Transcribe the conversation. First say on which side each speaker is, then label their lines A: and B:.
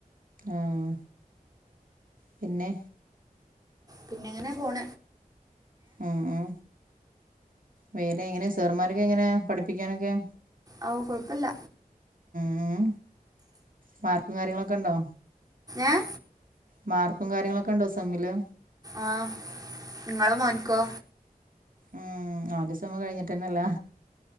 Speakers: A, on the right (about 65°); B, on the right (about 25°).
A: ആഹ പിന്നെ
B: പിന്നെ എങ്ങനെ പോണ
A: ആഹ ഉഹ വേറെ എങ്ങനാ സെറുമാരൊക്കെ എങ്ങനെയാ പഠിപ്പിക്കാനൊക്കെ
B: ഓ കൊഴപ്പില്ല
A: ഉ പാർക്കും കാര്യങ്ങളൊക്കെ ഉണ്ടോ
B: ഏഹ
A: മാർക്കും കാര്യങ്ങളൊക്കെ ഉണ്ടോ സെമ്മില്
B: ആഹ നിങ്ങളെ മോനിക്കോ
A: ഉം അവന്റെസമം കഴിഞ്ഞിട്ടന്നെല്ലാ